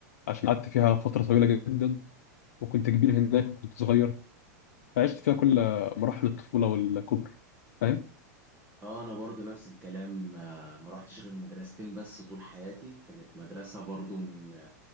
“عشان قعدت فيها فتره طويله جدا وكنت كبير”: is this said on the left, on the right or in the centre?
Left